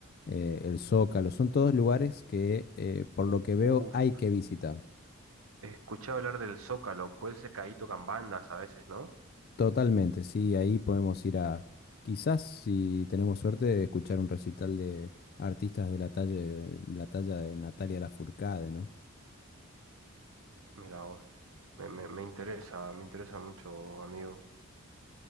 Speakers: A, on the left (about 45°); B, on the right (about 70°).
A: eh, el Zócalo. Son todos lugares que, eh, por lo que veo,
B: Uf,
A: hay que visitar.
B: escuché hablar del Zócalo, puede ser que ahí tocan bandas a veces, ¿no?
A: Totalmente, sí, ahí podemos ir a, quizás si tenemos suerte, escuchar un recital de artistas de la talla de, la talla de Natalia Lafourcade, ¿no?
B: Mira vos, me, me, me interesa, me interesa mucho amigo.